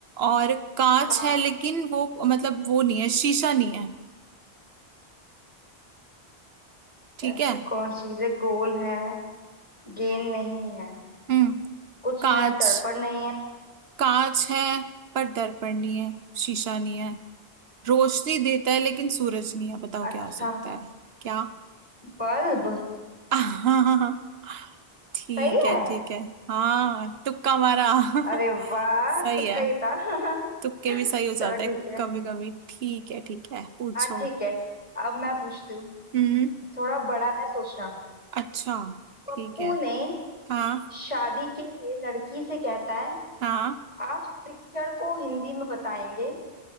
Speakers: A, on the right; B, on the left.
A: और कांच
B: हाँ
A: है लेकिन वो मतलब वो नहीं है शीशा नहीं है ठीक
B: ऐसी
A: है
B: कौन सी चीज है गोल है गेंद नहीं है
A: हम्म
B: कुछ
A: कांच
B: है दर्पण नहीं है
A: कांच है पर दर्पण नहीं है शीशा नहीं है रोशनी देता है लेकिन सूरज नहीं है बताओ
B: अच्छा
A: क्या हो सकता है क्या <laughs>
B: बल्ब
A: हाँ हाँ हाँ ठीक
B: सही
A: है
B: है
A: ठीक है हाँ तुक्का मारा
B: अरे वाह
A: <laughs> सही
B: तुक्का
A: है
B: ही था <laughs>
A: तुक्के भी सही हो जाते
B: चलो
A: हैं
B: ठीक है
A: कभी कभी ठीक है ठीक है पूछो
B: हाँ ठीक है अब मैं पूछती हूँ
A: हम्म
B: थोड़ा बड़ा है सोचना
A: अच्छा
B: पप्पू
A: ठीक है
B: ने
A: हाँ
B: शादी के लिए लड़की से कहता है
A: हाँ
B: आप शिक्षक को हिंदी में बताएंगे